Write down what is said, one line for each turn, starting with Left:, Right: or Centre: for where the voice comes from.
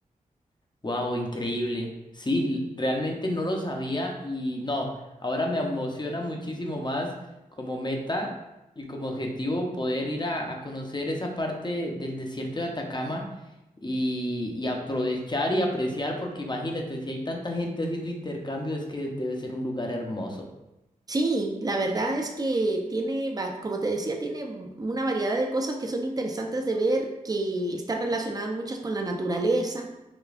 Left: Wow, increíble. Sí, l- realmente no lo sabía y no, ahora me emociona muchísimo más como meta y como objetivo poder ir a, a conocer esa parte del desierto de Atacama y, y aprovechar y apreciar, porque imagínate, si hay tanta gente haciendo intercambio, es que debe ser un lugar hermoso.
Right: Sí, la verdad es que tiene, va- como te decía, tiene una variedad de cosas que son interesantes de ver, que están relacionadas muchas con la naturaleza.